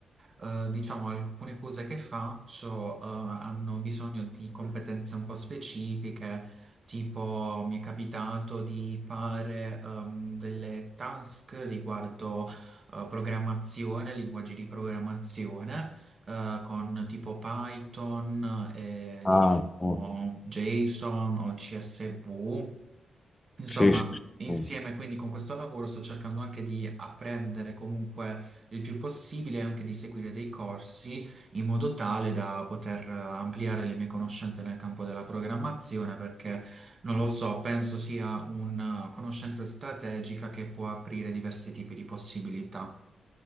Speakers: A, on the right; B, on the left.
A: eh, diciamo, alcune cose che faccio, eh, hanno bisogno di competenze un po' specifiche, tipo mi è capitato di fare, ehm, delle task riguardo, eh, programmazione, linguaggi di programmazione, eh, con tipo Python e,
B: Ah,
A: diciamo,
B: oh,
A: JSON o CSV. Insomma,
B: sì, sì.
A: insieme
B: sì.
A: quindi con questo lavoro sto cercando anche di apprendere comunque il più possibile e anche di seguire dei corsi in modo tale da poter eh, ampliare le mie conoscenze nel campo della programmazione perché non lo so, penso sia una conoscenza strategica che può aprire diversi tipi di possibilità.